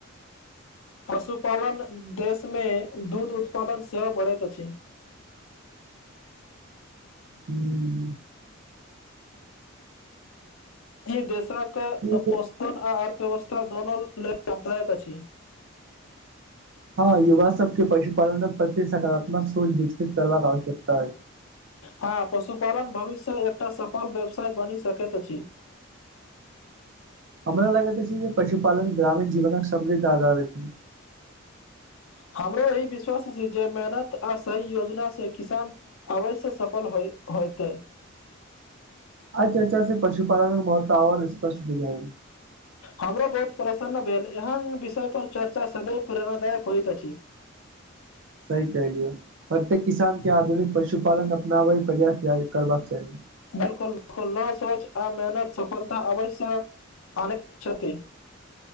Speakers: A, on the left; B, on the right.
A: पशुपालन देश मे दूध उत्पादन सेहो बढ़ैत अछि।
B: ह
A: ई देशक
B: ह
A: पोषण आ अर्थव्यवस्था दोनो लेलऽ लाभदायक अछि।
B: ह युवा सभके पशुपालन प्रत्ये सकारात्मक सोच विकसित करबाक आवश्यकता अछि।
A: ह पशुपालन भविष्य एकटा सफल व्यवसाय बनी सकैत अछि।
B: हमरा लगैत छै। जे पशुपालन ग्रामीण जीवन के समृद्ध आधार अछि।
A: हमरो ई विश्वास छै। जे मेहनत आ सही योजना से किसान अवश्ये सफल हो होइत
B: अच्छा अच्छा से पशुपालन महत्व आर स्पष्ट बुझाए
A: हमरो बहुत प्रसन्न भेल एहन विषय पर चर्चा सदैव प्रेरणादायक होई त अछि।
B: सही कलियो प्रत्येकऽ किसान के आधुनिक पशुपालन अपनाबे प्रयास करबाक चाही।
A: बिल्कूल बिल्कूल न सोच आ मेहनत सफलता अवशसँ आनैत छथि।